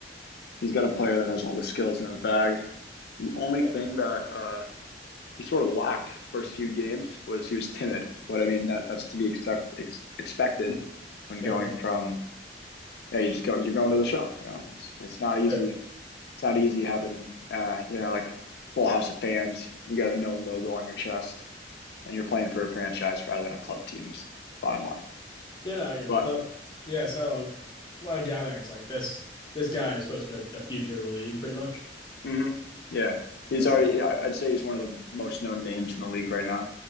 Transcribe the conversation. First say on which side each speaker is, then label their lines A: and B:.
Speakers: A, on the left; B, on the left.
A: he's got a player that has all the skills in his bag. The only thing
B: yeah,
A: that uh, he sort of lacked first few games was he was timid. But I mean that that's to be expect, ex- expected when
B: yeah.
A: going
B: With that,
A: from yeah, you just go, you're going to the show. You know, it's, it's not easy.
B: yeah,
A: It's not easy having, uh, you know, like full house of fans. You got a known logo on your chest, and you're playing for a franchise rather than a club team. Is bottom line.
B: yeah. No, I get
A: But
B: it. But yeah, so from what I'm gathering, it's like this this guy is supposed to be like the future of the league, pretty much.
A: mhm, yeah, he's
B: That's
A: already.
B: all.
A: I- would say he's one of the most known names in the league right now.